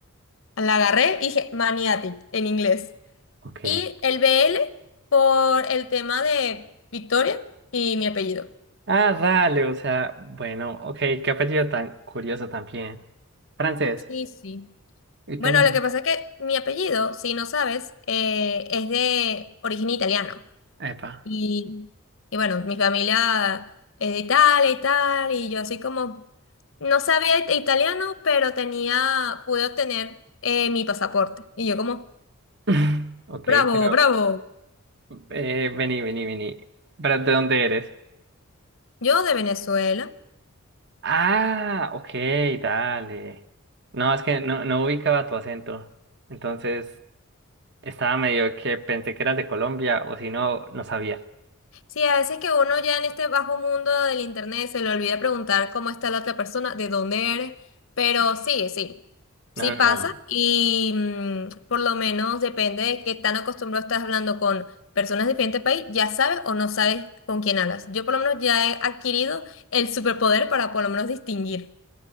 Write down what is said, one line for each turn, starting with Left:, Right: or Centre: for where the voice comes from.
Left: la agarré y dije maniatic en inglés.
Right: Ok.
Left: Y el BL por el tema de Victoria y mi apellido.
Right: Ah, dale, o sea, bueno, ok, qué apellido tan curioso también. Francés,
Left: Sí, sí.
Right: italiano.
Left: Bueno, lo que pasa es que mi apellido, si no sabes, eh, es de origen italiano.
Right: Epa.
Left: Y, y bueno, mi familia es de Italia y tal, y yo así como no sabía it- italiano, pero tenía, pude obtener eh, mi pasaporte. Y yo como,
Right: <laughs> Ok,
Left: bravo,
Right: pero
Left: bravo.
Right: eh, vení, vení, vení. ¿Pero de dónde eres?
Left: Yo de Venezuela.
Right: Ah, ok, dale. No, es que no, no ubicaba tu acento. Entonces. Estaba medio que pensé que eras de Colombia o si no, no sabía.
Left: Sí, a veces que uno ya en este bajo mundo del internet se le olvida preguntar cómo está la otra persona, de dónde eres, pero sí, sí,
Right: No,
Left: sí pasa
Right: no, no.
Left: y mm, por lo menos depende de qué tan acostumbrado estás hablando con personas de diferente país, ya sabes o no sabes con quién hablas. Yo por lo menos ya he adquirido el superpoder para por lo menos distinguir.